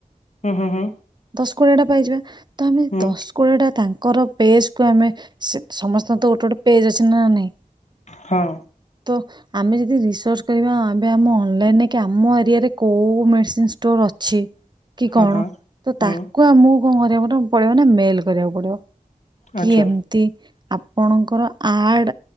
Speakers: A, on the left; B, on the right.
A: ହୁଁ ହୁଁ ହୁଁ
B: ଦଶ କୋଡିଏ ଟା ପାଇଯିବା ତ ଆମେ
A: ହୁଁ
B: ଦଶ କୋଡିଏ ଟା ତାଙ୍କର। ପଜ କୁ ଆମେ ସମସ୍ତଙ୍କ ତ ଗୋଟେ ଗୋଟେ ପେଜ ଅଛି ନା ନାଇଁ
A: ହଁ
B: ଆମେ ଯଦି ରିସର୍ଚ କରିବା ଆମ ଅନଲାଇନକ ଆମ ଏରିଆରେ କୋଉ ମେଡିସିନ ଷ୍ଟୋର ଅଛି। କି କଣ
A: ହଁ ହଁ।
B: ତ
A: ହୁଁ
B: ତାକୁ ଆମ କଣ କରିବାକୁ ପଡେଇିବ ନା ମେଲ କରିବାକୁ ପଡିବ। କି
A: ଆଚ୍ଛା
B: ଏମତି ଆପଣଙ୍କର ଆଡ